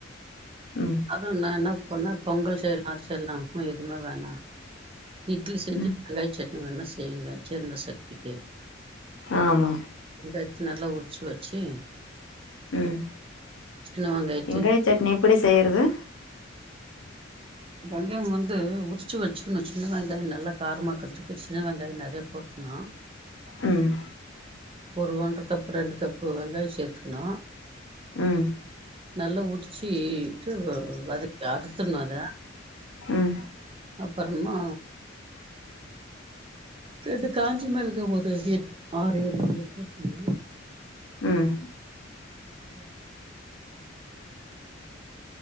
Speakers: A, on the left; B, on the right.
A: ம்
B: அதுவு நா என்னா பண்ணே பொங்கல் சேர் அரச்சர்லா வேற எதுமே வேணா இட்லி செஞ்சு
A: ம்
B: வெங்காய சட்னி வேணா செய்யிங்க சேர் இந்த சட்னிக்கு
A: ஆமா
B: வெங்காயத்த நல்லா உரிச் வச்சி
A: ம்
B: சின்ன வெங்காயத்தையு
A: வெங்காய சட்னி எப்டி செய்யறது
B: வெங்காய்ம் வந்து உரிச்சு வச்சுக்கனு சின்ன வெங்காயோ நல்லா காரமாக்கற்துக்கு சின்ன வெங்காயோ நெறையா போட்டுக்கணு
A: ம்
B: ஒரு ஒன்ற கப் ரெண்டு கப்பு வெங்காயோ சேத்துக்கணு
A: ம்
B: நல்லா உரிச்சீட்டு வ வதக்கி அருசர்ணு அத
A: ம்
B: அப்பறமா ரெண்டு காஞ்ச மெளகா ஒரு எட் ஆறேழு எட்த் வச்சிக்ணு
A: ம்
B: <inaudible>